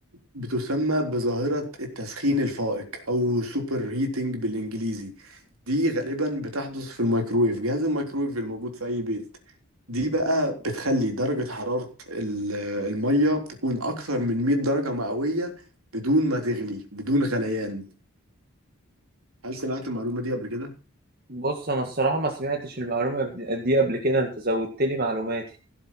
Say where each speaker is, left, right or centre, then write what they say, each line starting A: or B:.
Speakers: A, on the right; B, on the right.
A: بتسمى بظاهرة التسخين الفائق أو سوبر هيتنج بالإنجليزي دي غالبا بتحدث في الميكرويف جهاز الميكرويف الموجود في أي بيت دي بقى بتخلي درجة حرارة ال- المية تكون أكثر من 100 درجة مئوية بدون ما تغلي بدون غليان هل سمعت المعلومة دي قبل كده؟
B: بص انا الصراحه ما سمعتش المعلومه دي قبل كده انت زودت لي معلوماتي